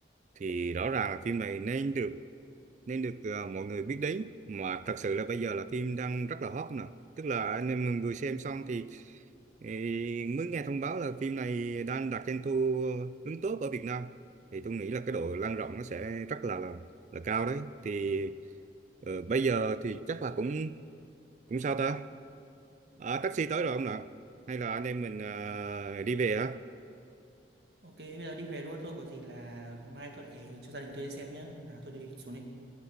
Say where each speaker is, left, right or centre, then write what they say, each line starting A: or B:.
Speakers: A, on the right (about 40°); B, on the right (about 60°).
A: thì rõ ràng là phim này nên được nên được ờ, mọi người biết đến mà thật sự là bây giờ là phim đang rất là hot nè tức là anh em mình vừa xem xong thì ý, mới nghe thông báo là phim này đang đạt doanh thu đứng top ở Việt Nam thì tôi nghĩ là cái độ lan rộng nó sẽ rất là là, là cao đấy thì ờ, bây giờ thì chắc là cũng cũng sao ta à, taxi tới rồi không ạ hay là anh em mình ờ, đi về á
B: ok bây giờ đi về luôn thôi có gì là mai tôi lại cho gia đình tôi đi xem nhé là tôi đi xuống đi